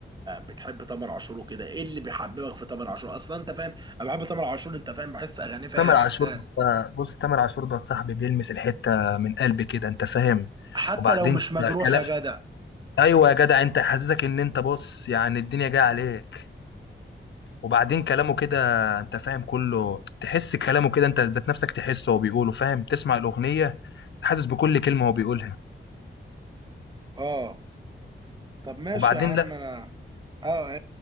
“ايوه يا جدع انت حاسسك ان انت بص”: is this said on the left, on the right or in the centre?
Left